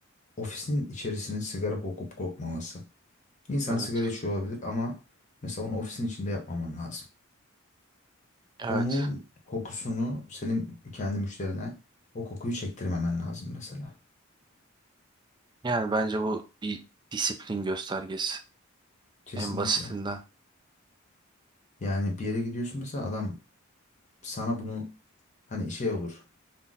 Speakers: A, on the left; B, on the right.
A: ofisin içerisinin sigara kokup kokmaması. İnsan
B: Evet.
A: sigara içiyor olabilir ama mesela onu ofisin içinde yapmaman lazım.
B: Evet.
A: Onun kokusunu senin kendi müşterine o kokuyu çektirmemen lazım mesela.
B: Yani bence bu bir disiplin göstergesi.
A: Kesinlikle.
B: En basitinden.
A: Yani bir yere gidiyorsun mesela adam sana bunu hani şey olur